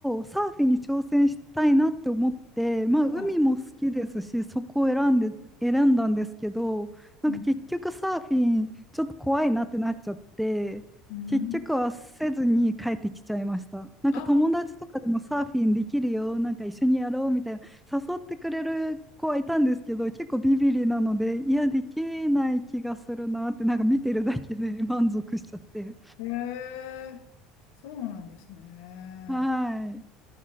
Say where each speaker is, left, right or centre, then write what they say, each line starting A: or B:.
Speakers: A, in the centre; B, on the left.
A: サーフィンに挑戦したいなって思って、まあ、海も好きですし、
B: は
A: そこを選んで、選んだんですけど、なんか結局サーフィン、
B: い。うん。
A: ちょっと怖いなってなっちゃって、
B: うん
A: 結局はせずに帰ってきちゃいました。なんか友達とかでもサーフィンできるよ、
B: あ、ほ
A: なんか一緒にやろうみたいな、誘ってくれる子はいたんですけど、結構ビビリなので、いや、できない気がするなって、なんか見てるだけで満足しちゃって。
B: へえ、そうなんですね。
A: はい。